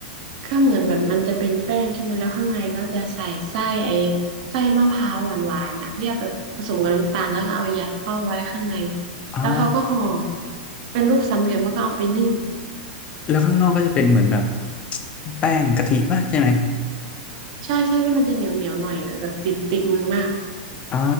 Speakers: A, on the right; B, on the left.
A: ก็เหมือนแบบมันจะเป็นแป้งใช่ไหมแล้วข้างในก็จะใส่ไส้ไอ้ไส้มะพร้าวหวานๆอ่ะที่เอาแบบผสมกับน้ำตาลแล้วก็เอายัดเข้าไว้ข้างใน
B: อ่า
A: แล้วเขาก็ห่อเป็นรูปสามเหลี่ยมแล้วก็เอาไปนึ่ง
B: แล้วข้างนอกก็จะเป็นเหมือนแบบแป้งกะทิป่ะใช่ไหม
A: ใช่ใช่ที่มันจะเหนียวเหนียวหน่อยอ่ะแบบติดติดมือมาก
B: อ่า